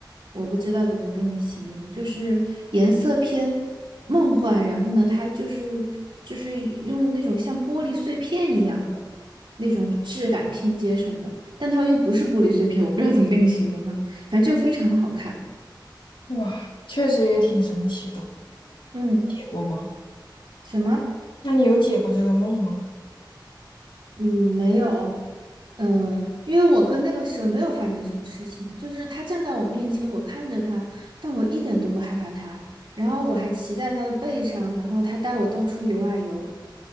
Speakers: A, on the right; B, on the left.
A: 我不知道怎么跟你形容，就是颜色偏梦幻，然后呢，它就是就是用那种像玻璃碎片一样的那种质感拼接成的，但它又不是玻璃碎片，我不知道怎么跟你形容哈，反正就非常的好看。
B: 哇，确实也挺神奇的。
A: 嗯，
B: 我们。
A: 什么？
B: 那你有解过这个梦吗？
A: 嗯，没有，嗯，因为我跟那个蛇没有发生什么事情，就是它站在我面前，我看着它，但我一点都不害怕它，然后我还骑在它的背上，然后它带我到处游啊游，